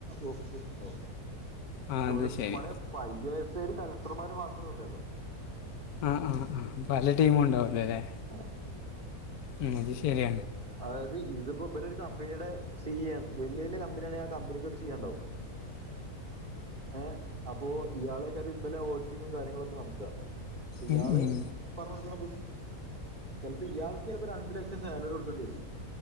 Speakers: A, on the right (about 30°); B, on the left (about 75°).
A: ഓഫീസഴസ് ഉണ്ടാവും
B: ആ അത്
A: ഉരു
B: ശരി
A: മണി ഇപ്പോ ഐ എ എസ്ര് കലക്ടർമാർ മാത്രമല്ലല്ലോ
B: ആഹ് ആഹ് ആഹ് പല ടീമും ഉണ്ടാവല്ലേ അല്ലെ
A: ആഹ
B: ആ അത് ശരി
A: അതായത് ഇതിപ്പോൊ വലിയൊരു കമ്പനിയുടെ സി എ ആണ് വലിയ വലിയ കമ്പനിയണെിൽ ആ കമ്പനിക്ക് അത് ചെയ്യാൻ ഉണ്ടാവും ഹെ അപ്പോ ഇയാൾ ഇതുപലെ ഓഡിറ്റിങ്ങും കാര്യങ്ങളൊക്കെ നടത്ത ഇയാള്
B: ഉം ഉം
A: പറഞ്ഞു കൊടുക്കുന്ന ബുദ്ധി ചിലപ്പോ ഇയാൾക്ക് ചിലപ്പോ രണ്ടു ലക്ഷം സാലറി കൊടുക്കേണ്ടി വരും